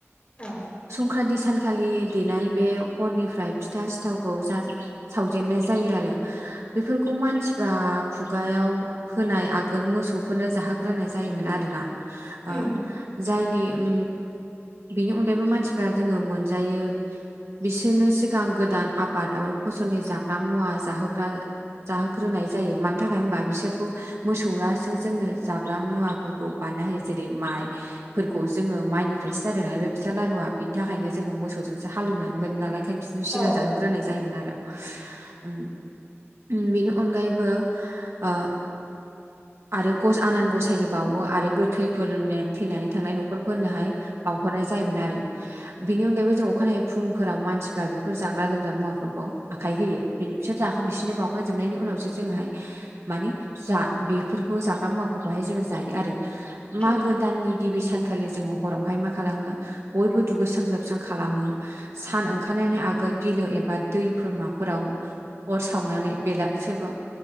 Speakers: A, on the left (about 25°); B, on the right (about 70°).
A: औ
B: संक्रान्ति सानखालि देनाय बे हरनिफ्राय फिथा सिथावखौ जार सावजेननाय जायो आरो। <inaudible> बेफोरखौ मानसिफ्रा खुगायाव होनाय आगोल मोसौफोरनो जाहोग्रोनाय जायोमोन आरोना। आ
A: उम
B: जायनि उम बेनि अनगायैबो मानसिफ्रा जोङो मोनजायो बिसोरनो सिगां गोदान आबाद एबा फसलनि जाग्रा मुवा जाहोग्रा जाहोग्रोनाय जायो। मानि थाखाय होमबा बिसोरखौ मोसौआसो जोङो जाग्रा मुवाफोरखौ बान ना होयो। जेरै माइ फोरखौ जोङो माइनिफ्रायसो जादों नालाय बे फिथा लारुआ बिनि थाखायनो जोङो मोसौजों सो हालौनानै मोनो नालाय ओंखायनो बिसोरनो सिगां
A: औ
B: जाहोग्रोनाय जायोमोन आरो। ओम उम बिनि अनगायैबो आ आरो गज आनान गसायनो बावो आरो गोथैफोरनो थैनानै थांनाय न'खरफोरनोहाय बावहरनाय जायोमोन आरो। बिनि अनगायैबो जों अखानायै फुंफोराव मानसिफ्रा बेफोर जाग्रा लोंग्रा मुवाफोरखौ आखाय होयो बिनि बिसोर जाखां बिसोनो बावखांजोबनायनि उनावसो जोंहाय मानि जा बेफोरखौ जाग्रा मुवाफोरखौहाय जायो आरो मागो
A: औ
B: दाननि गिबि सानखालि जोङो हरावहाय मा खालामनो बयबो दु बोस्रां लोबस्रां खालामो सान ओंखारनायनि आगोल बिलो एबा दैफोरमाफोराव अर सावनानै बेला सोरबा